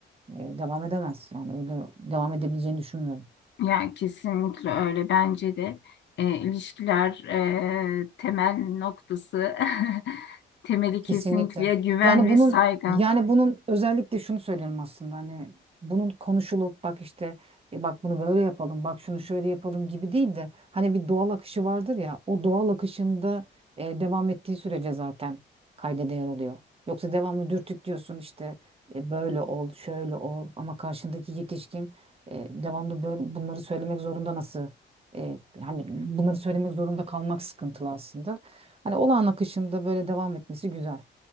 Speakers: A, on the right; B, on the left.
A: e, devam edemez. Yani öyle devam edebileceğini düşünmüyorum.
B: Yani kesinlikle öyle bence de E, ilişkiler e, temel noktası <laughs> temeli
A: Kesinlikle.
B: kesinlikle güven
A: Yani
B: ve
A: bunun
B: saygı.
A: yani bunun özellikle şunu söylüyorum aslında hani bunun konuşulup bak işte e, bak bunu böyle yapalım bak şunu şöyle yapalım gibi değil de hani bir doğal akışı vardır ya o doğal akışında e, devam ettiği sürece zaten kayda değer oluyor. Yoksa devamlı dürtüklüyorsun işte e, böyle ol şöyle ol ama karşındaki yetişkin e, devamlı böyle bunları söylemek zorunda nasıl e, hani bunları söylemek zorunda kalmak sıkıntılı aslında. Hani olağan akışında böyle devam etmesi güzel.